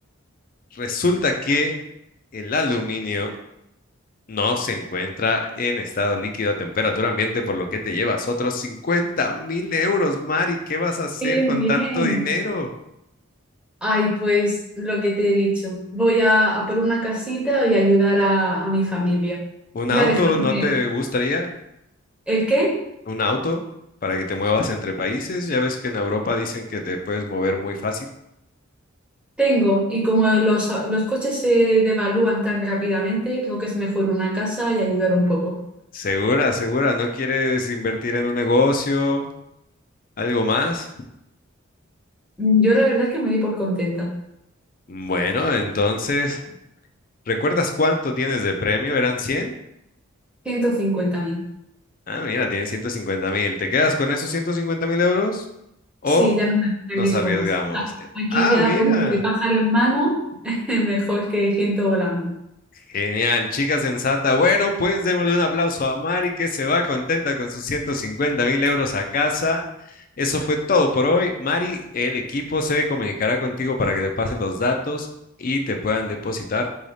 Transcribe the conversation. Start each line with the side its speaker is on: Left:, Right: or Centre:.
Left: resulta que el aluminio no se encuentra en estado líquido a temperatura ambiente, por lo que te llevas otros 50 mil euros, Mari. ¿Qué vas a hacer
Centre: ¡Qué
Left: con
Centre: bien!
Left: tanto dinero?
Centre: Ay, pues lo que te he dicho. Voy a, a por una casita y ayudar a, a mi familia.
Left: ¿Un
Centre: Voy
Left: auto
Centre: a dejarme...
Left: no te gustaría?
Centre: ¿El qué?
Left: ¿Un auto para que te muevas entre países? Ya ves que en Europa dicen que te puedes mover muy fácil.
Centre: Tengo, y como los, los coches se devalúan tan rápidamente, creo que es mejor una casa y ayudar un poco.
Left: Segura, segura, ¿no quieres invertir en un negocio? ¿Algo más?
Centre: Mm, Yo la verdad es que me di por contenta.
Left: Bueno, entonces, ¿recuerdas cuánto tienes de premio? ¿Eran cien
Centre: ciento cincuenta mil
Left: Ah, mira, tienes 150 mil. ¿Te quedas con esos 150 mil euros o
Centre: Sí, ya no me arriesgo
Left: nos arriesgamos?
Centre: más. A-
Left: Eh,
Centre: Aquí
Left: Ah,
Centre: ya
Left: mira.
Centre: pongo de pájaro en mano, <laughs> mejor que ciento volando.
Left: Genial, chica sensata. Bueno, pues démosle un aplauso a Mari que se va contenta con sus 150 mil euros a casa. Eso fue todo por hoy. Mari, el equipo se comunicará contigo para que le pases los datos y te puedan depositar